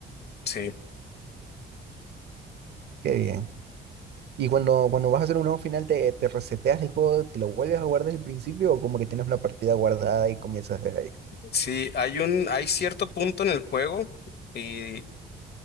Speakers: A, on the left (about 55°); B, on the right (about 55°).
A: Sí,
B: Qué bien. Y cuando, cuando vas a hacer un nuevo final, ¿te, te reseteas el juego, te lo vuelves a guardar desde el principio o como que tienes una partida guardada y comienzas desde ahí?
A: sí, hay un, hay cierto punto en el juego y